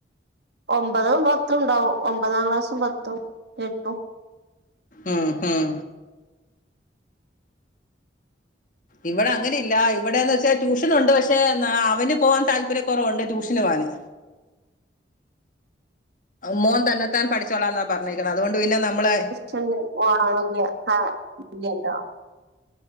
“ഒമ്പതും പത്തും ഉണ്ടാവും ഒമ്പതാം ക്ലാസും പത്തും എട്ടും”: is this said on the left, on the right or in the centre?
Right